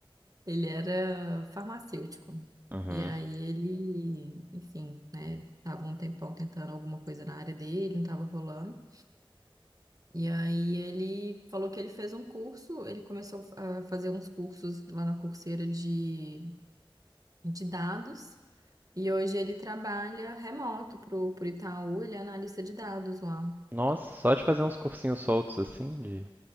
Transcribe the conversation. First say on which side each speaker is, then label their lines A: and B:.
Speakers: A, on the right; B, on the right.
A: Ele era farmacêutico.
B: Uhum.
A: E aí ele, enfim, né, tava um tempão tentando alguma coisa na área dele, não tava rolando. E aí ele falou que ele fez um curso, ele começou a fazer uns cursos lá na Coursera de, de dados. E hoje ele trabalha remoto pro, pro Itaú, ele é analista de dados lá.
B: Nossa, só de fazer uns cursinhos soltos assim de.